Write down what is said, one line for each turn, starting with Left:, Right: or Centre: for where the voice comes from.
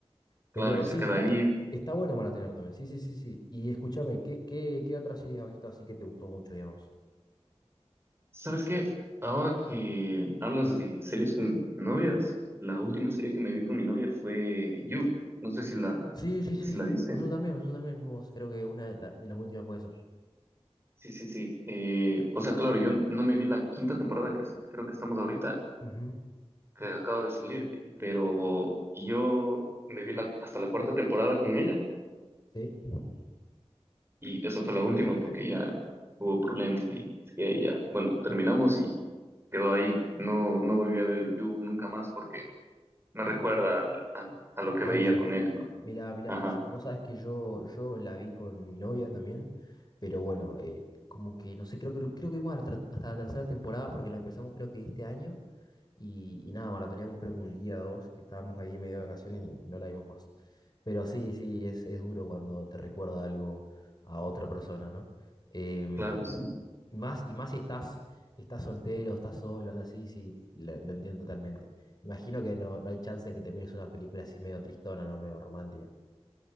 Left: Pero
Right: Claro, y se
Left: sí,
Right: queda
Left: está,
Right: ahí.
Left: está bueno maratonear también, sí, sí, sí, sí. Y escúchame, ¿qué, qué, qué otra serie has visto así que te gustó mucho, digamos?
Right: ¿Sabes qué? Ahora que hablas de series con novias, la última serie que me vi con mi novia fue You. No sé si la,
Left: Sí, sí, sí,
Right: si
Left: sí.
Right: la viste.
Left: Nosotros también, nosotros también vimos, creo que una de, la- de las últimas fue esa.
Right: Sí, sí, sí. Eh, o sea, claro, yo no me vi la quinta temporada que es- creo que estamos ahorita,
Left: Ujú.
Right: que acaba de salir, pero yo me vi la, hasta la cuarta temporada con ella.
Left: Sí,
Right: Y esa fue la última porque ya hubo problemas y es que ya, bueno, terminamos y quedó ahí. No, no volví a ver You nunca más porque me recuerda al- al- a lo que
Left: a
Right: veía
Left: ella.
Right: con ella, ¿no?
Left: Mirá, mirá,
Right: Ajá,
Left: vos sabés que yo, yo la vi con mi novia también, pero bueno, eh, como que no sé, creo que creo que vimos a la ter- hasta la tercera temporada porque la empezamos creo que este año Y, y nada, maratoneamos creo que un día dos, que estábamos ahí medio de vacaciones y no la vimos más. Pero sí, sí, es, es duro cuando te recuerda algo a otra persona, ¿no? Em,
Right: claro, sí.
Left: más, y más si estás, estás soltero, estás solo, algo así, sí, lo, lo entiendo totalmente. Imagino que no, no hay chance de que te mires una película así medio tristona, ¿no? Medio romántica.